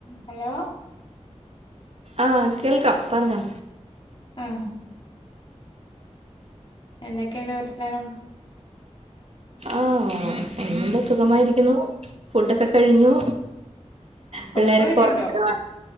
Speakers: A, on the left (about 45°); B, on the right (about 60°).
A: Hello..?
B: ആഹ്, കേൾക്കാം പറഞ്ഞോ!.
A: ആഹ് എന്തെക്കെണ്ട് വർത്തമാനം?
B: ആഹ് നല്ല സുഖമായിരിക്കുന്നു. ഫുഡക്കെ കഴിഞ്ഞു. പിള്ളേരെക്കെ
A: ഉറക്കം വരുണ്ടോ
B: ഒർക്കാ